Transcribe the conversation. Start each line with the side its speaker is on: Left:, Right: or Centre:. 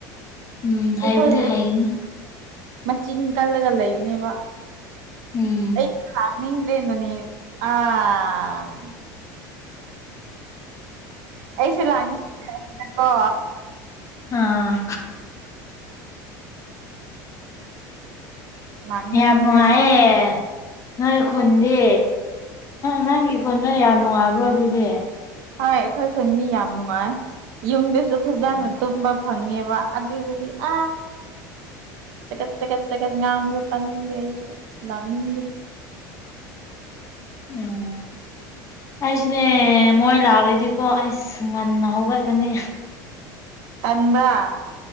Left: ꯎꯝ ꯍꯥꯏꯕꯨꯗꯤ
Right: ꯑꯩꯈꯣꯏ ꯂꯩ
Left: ꯍꯥꯏꯒꯅꯤ
Right: ꯃꯆꯤꯟ ꯀꯜꯂꯒ ꯂꯩꯕꯅꯦꯕ
Left: ꯎꯝ
Right: ꯑꯩ ꯂꯥꯛꯅꯤꯡꯗꯔ꯭ꯦꯗꯅꯦ ꯑꯪ ꯑꯩꯁꯨ ꯂꯥꯛꯅꯤꯡꯗꯕꯅꯀꯣ
Left: ꯑꯥ
Right: ꯂꯥꯛꯅꯤꯡꯗ꯭ꯔꯦ
Left: ꯌꯥꯝ ꯅꯨꯡꯉꯥꯏꯑꯦ ꯅꯣꯏ ꯈꯨꯟꯗꯤ ꯅꯪꯒꯤ ꯈꯨꯟꯗꯣ ꯌꯥꯝ ꯅꯨꯡꯉꯥꯏꯕ꯭ꯔꯣ ꯑꯗꯨꯗꯤ
Right: ꯍꯣꯏ ꯑꯩꯈꯣꯏ ꯈꯨꯟꯗꯤ ꯌꯥꯝ ꯅꯨꯡꯉꯥꯏ ꯌꯨꯝꯗꯁꯨ ꯐꯖꯅ
Left: ꯑꯣ
Right: ꯇꯨꯝꯕ ꯐꯪꯉꯦꯕ ꯑꯗꯨꯗꯗꯤ ꯑꯥ ꯆꯀꯠ ꯆꯀꯠ ꯆꯈꯠ ꯉꯥꯡꯕꯗ ꯇꯥꯅꯤꯡꯗꯦ ꯑꯩꯁꯨ ꯂꯥꯅꯤꯡꯗꯦ
Left: ꯎꯝ ꯑꯩꯁꯤꯅꯦ ꯃꯣꯏ ꯂꯥꯛꯔꯗꯤꯀꯣ ꯑꯩꯁ ꯉꯟꯅ ꯍꯧꯒꯠꯀꯅꯤ
Right: ꯇꯟꯕ꯭ꯔꯥ